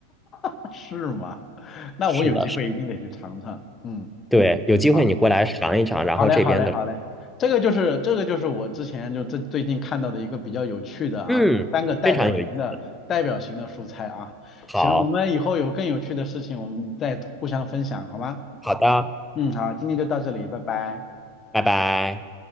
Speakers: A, on the left (about 25°); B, in the centre.
A: <laughs> 是吗？<laughs> 那我有机会一定得去尝尝。
B: 是的，是的
A: 嗯，
B: 对，有机会你过来尝一尝，
A: 好，
B: 然后这边的，
A: 好嘞，好嘞，好嘞。这个就是这个就是我之前就最最近看到的一个比较有趣的啊，
B: 嗯，
A: 这个三个代表型的代表型的蔬菜啊。
B: 非常有意思。好，
A: 行，我们以后有更有趣的事情，我们再互相分享，好吗？
B: 好的，
A: 嗯，好，今天就到这里，拜拜。
B: 拜拜。